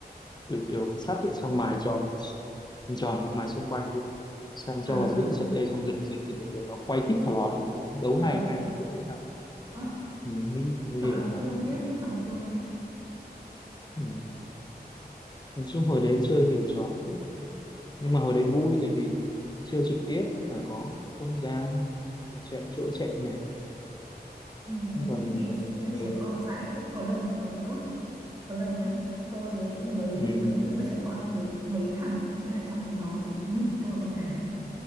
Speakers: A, on the left; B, on the right.
A: kiểu kiểu sắt ấy, xong mài tròn mình tròn mài xung quanh đi xong
B: ờ
A: cho vào giữa
B: ờ
A: sợi dây xong giật giật thì để nó quay tít thò lò lên xong nó đấu
B: ờ
A: hai hai thằng đấu đấy với nhau
B: à,
A: ừ, nghĩ nguy
B: trò
A: hiểm
B: này
A: rồi
B: tôi không biết
A: ừ.
B: trò này tôi không biết
A: Ừ. nói chung hồi đấy chơi nhiều trò thế. nhưng mà hồi đấy vui tại vì chơi trực tiếp là có không gian có chạy chỗ chạy nhảy
B: ừ,
A: Nhưng còn
B: nghĩ ngày xưa
A: ờ,
B: trẻ
A: ừ,
B: con dại khiếp có lần còn đốt có lần nhá tôi với ông đấy
A: ừ,
B: với mấy đứa trẻ con mấy mấy thằng nghĩa là trong cái nhóm đấy chỉ có mình tôi là con gái